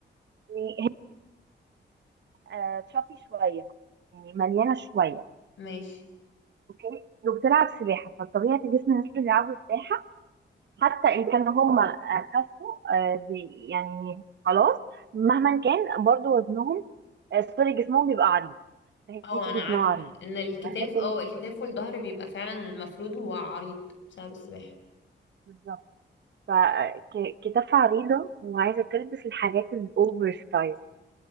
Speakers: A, on the right; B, on the left.
A: يعني هي آه تشابي شوية يعني مليانة شوية
B: ماشي
A: اوكي وبتلعب سباحة فالطبيعي جسم الناس اللي بيلعبوا سباحة حتى ان كان هم آه، خسوا آه، بي- يعني خلاص مهما كان برضو وزنهم آه، سوري جسمهم بيبقى عريض فهي
B: اه انا
A: جسمها
B: عارفة
A: عريض
B: ان الكتاف
A: ولكن-
B: اه الكتاف والظهر بيبقى فعلا مفروض هو عريض بسبب السباحة
A: بالظبط فكتافها عريضة وعايزة تلبس الحاجات الأوفر سايز